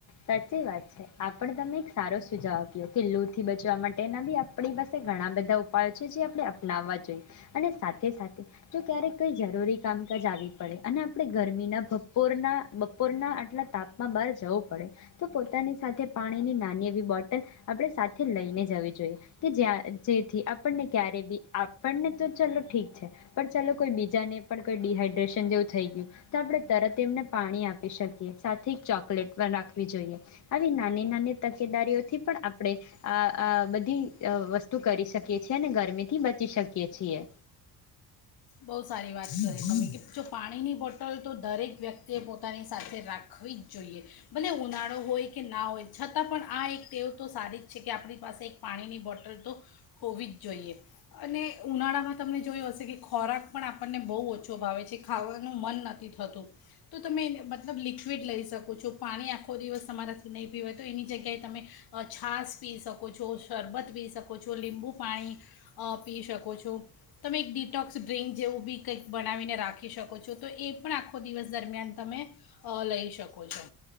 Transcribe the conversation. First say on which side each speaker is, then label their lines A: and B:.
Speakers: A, on the left; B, on the left.
A: સાચી વાત છે આપડ તમે સારો સુજાવ આપ્યો કે લૂ થી બચવા માટેના બી આપણી પાસે ઘણા બધા ઉપાયો છે જે આપણે અપનાવવા જોઈએ અને સાથે સાથે જો ક્યારેક કંઈ જરૂરી કામકાજ આવી પડે અને આપણે ગરમીના બપોરના બપોરના આટલા તાપમાં બહાર જવું પડે તો પોતાની સાથે પાણીની નાની એવી બોટલ આપણે સાથે લઈને જવી જોઈએ કે જ જેથી આપણને ક્યારે બી આપણને તો ચલો ઠીક છે પણ ચાલો કોઈ બીજાને પણ કઈ ડિહાઈડ્રેશન જેવું થઈ ગયું તો આપણે તરત એમને પાણી આપી શકીએ સાથે એક ચોકલેટ <unintelligible> રાખવી જોઈએ આવી નાની નાની તકેદારીઓથી પણ આપણે આ આ બધી વસ્તુ કરી શકીએ છીએ અને ગરમી થી બચી શકીએ છીએ.
B: બો સારી વાત કરિ તમે જો પાણીની બોટલ તો દરેક વ્યક્તિએ પોતાની સાથે રાખવી જ જોઈએ ભલે ઉનાળો હોય કે ના હોય છતાં પણ આ એક તેવ તો સારી જ છે કે આપણી પાસે એક પાણીની બોટલ તો હોવી જ જોઈએ અને ઉનાળામાં તમને જોયું હશે કે ખોરાક પણ આપણને બહુ ઓછો ભાવે છે ખાવાનું મન નથી થતું. તો તમે મતલબ લિક્વિડ લઈ શકો છો પાણી આખો દિવસ તમારાથી નહીં પીવાય તો એની જગ્યાએ તમે છાસ પી શકો છો, શરબત પી શકો છો, લીંબુ પાણી પી શકો છો તમે એક ટોક્સ ડ્ર્રીંક જેવું બી કંઈક બનાવીને રાખી શકો છો તો એ પણ આખો દિવસ દરમિયાન તમે અ લઈ શકો છો.